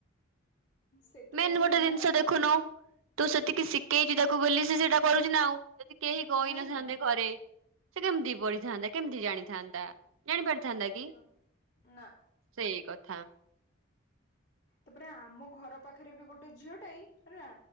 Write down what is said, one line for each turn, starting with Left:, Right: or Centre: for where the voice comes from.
Left: ସେଥିପାଇଁ
Right: ମେନ୍ ଗୋଟେ
Left: ତ ମୁଁ
Right: ଜିନିଷ
Left: ଆମ
Right: ଦେଖୁନୁ ତୁ ସେତିକି ଶିଖେଇଛି ତାକୁ ବୋଲି ସେ ସେଇଟା କରୁଛି ନା ଆଉ ଯଦି କେହି
Left: ହୁଁ
Right: କହିନଥାନ୍ତେ
Left: ହୁଁ
Right: ଘରେ ସେ କେମିତି ପଢିଥାନ୍ତା କେମିତି ଜାଣିଥାନ୍ତା ଜାଣି ପାରିଥାନ୍ତା କି?
Left: ହଁ ନା
Right: ସେଇ କଥା।
Left: ତାପରେ ଆମ ଘର ପାଖରେ ବି ଗୋଟେ ଝିଅଟା ଏ ହେଲା